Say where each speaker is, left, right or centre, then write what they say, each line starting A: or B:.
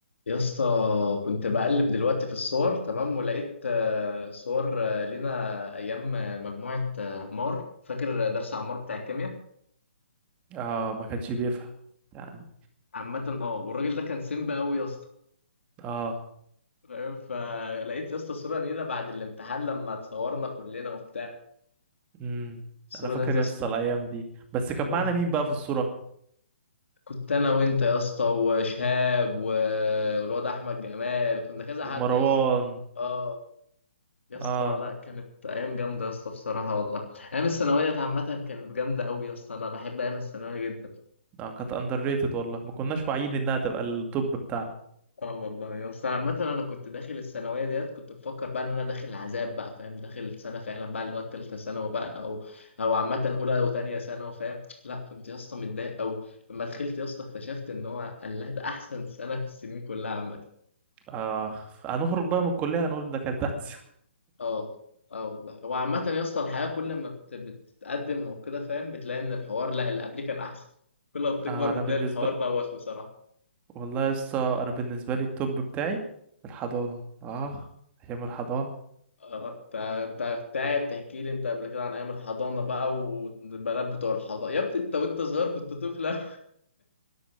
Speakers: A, on the left; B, on the right.
A: يا اسطى كنت بقلب دلوقتي في الصور تمام ولقيت آه، صور آه، لينا ايام آه، مجموعه آه، عمار فاكر درس عمار بتاع الكيمياء
B: اه ما كانش بيفهم يعني
A: عامه اه والراجل ده كان سيمبا قوي يا اسطى
B: اه
A: فاهم؟ فلقيت يا اسطى صوره لينا بعد الامتحان لما اتصورنا كلنا وبتاع
B: امم
A: الصوره
B: انا فاكر
A: ديت يا
B: يسطا
A: اسطى
B: الايام دي بس كان
A: الصورة
B: معانا
A: دي كان-
B: مين بقى في الصورة
A: كنت انا وانت يا اسطى وشهاب و- والواد احمد جمال كنا كذا حد
B: ومروان
A: يا اسطى اه يا اسطى
B: اه
A: لا كانت ايام جامده يا اسطى بصراحه والله ايام الثانويه عامه كانت جامده قوي يا اسطى انا بحب ايام الثانويه جدا
B: اه كانت اندر ريتد والله ما كناش واعيين انها تبقى التوب بتاعنا
A: اه والله يا اسطى عامه انا كنت داخل الثانويه ديت كنت بفكر بقى ان انا داخل عذاب بقى فاهم داخل سنه فعلا بقى اللي هو الثالثه ثانوي بقى او او عامه اولى وثانيه ثانوي فاهم لا كنت يا اسطى متضايق قوي لما دخلت يا اسطى اكتشفت ان هو الله ده احسن سنه في السنين كلها عامه
B: اه هنخرج بقى من الكلية هنقول ده كانت احسن
A: اه اه والله هو عامة يا اسطى الحياة كل ما بت... بتتقدم او كده فاهم بتلاقي ان الحوار لا اللي قبليه كان احسن كل ما بتكبر
B: <laughs> اه انا
A: بتلاقي
B: بالنسبة
A: الحوار بقى وسخ بصراحة
B: والله يسطا انا بالنسبة لي التوب بتاعي الحضانة اه ايام الحضانة
A: اه انت انت كنت قاعد تحكي لي انت قبل كده عن ايام الحضانة بقى والبنات بتوع الحضانة يا ابني انت وانت صغير كنت طفل أوي.